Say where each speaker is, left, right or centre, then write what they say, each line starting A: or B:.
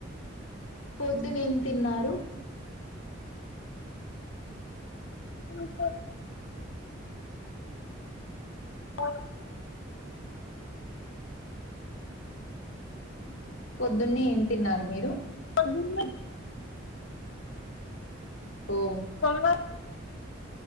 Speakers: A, on the left; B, on the left.
A: పొద్దున ఏం తిన్నారు
B: ఉమ్ అ
A: పొద్దున్నే ఏం తిన్నారు మీరు
B: పొద్దునే
A: ఓ
B: పొంగల్